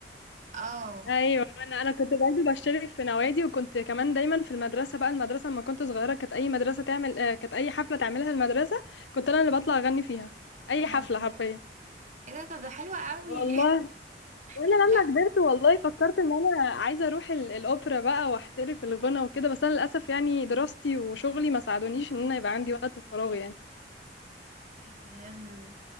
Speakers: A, on the right; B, on the left.
A: اه
B: ايوه انا انا كنت برضه بشترك في نوادي وكنت كمان دايما في المدرسه بقى المدرسه لما كنت صغيره كانت اي مدرسه تعمل آه، كانت اي حفله تعملها المدرسه كنت انا اللي بطلع اغني فيها اي
A: بتهزري
B: حفله حرفيا
A: ايه ده طب ده حلو قوي
B: والله
A: <laughs>
B: وانا لما
A: لا
B: كبرت والله فكرت ان انا عايزه اروح ال- الاوبرا بقى واحترف الغنى وكده بس انا للاسف يعني دراستي وشغلي ما ساعدونيش ان انا يبقى عندي وقت فراغ يعني
A: ايه فهمت